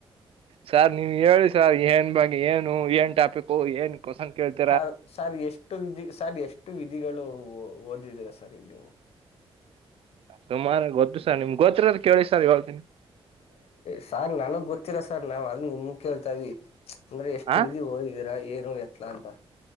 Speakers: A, on the right; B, on the left.
A: ಸಾರ್ ನೀವು್ ಹೇಳಿ ಸರ್ ಏನ್ ಬಗ್ ಏನು ಏನ್ ಟಾಪಿಿಕು ಏನ್ ಹೊಸ ಕೇತ
B: ಸಾರ್ ಸರ್ ಎಷ್ಟು ವಿಧಿ ಸರ್ ಎಷ್ಟು ವಿಧಿಗಳು ಓದಿದೀರಾ ಸರ್ ಇಲ್ಲಿವು
A: ಸುಮಾರು ಗೊತ್ತು ಸರ್ ನಿಮ್ಗ್ ಗೊತ್ತತ್ರದ ಕೇಳಿ ಸರ್ ಹೇಳ್ತೀನಿ
B: ಸಾರ್ ನನಗ್ ಗೊತ್ತಿರ ಸಾರ್ ನಾವವು ಅದ ನಿಮ ಕೇಳ್ತವಿ ಅಂದ್ರೆ ಎಷ್ಟು
A: ಆ
B: ವಿಧಿ ಹೋಗಿದ್ದೀರಾ ಏನು ಎತ್ಲಾ ಅಂತ